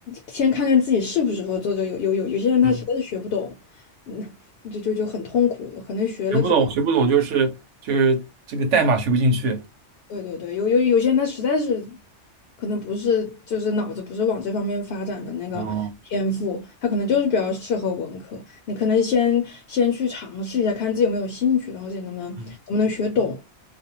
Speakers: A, on the left; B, on the right.
A: 先看看自己适不适合做这个有有有有些人他实在是学不懂，
B: 嗯，
A: 那就就就很痛苦，可能学了之后。
B: 学不懂，学不懂就是就是这个代码学不进去。
A: 对对对，有有有些人他实在是可能不是就是脑子不是往这方面发展的那个天赋，
B: 哦，
A: 他可能就是比较适合文科。你可能先先去尝试一下，看自己有没有兴趣，然后自己能不能能不能学懂。
B: 嗯，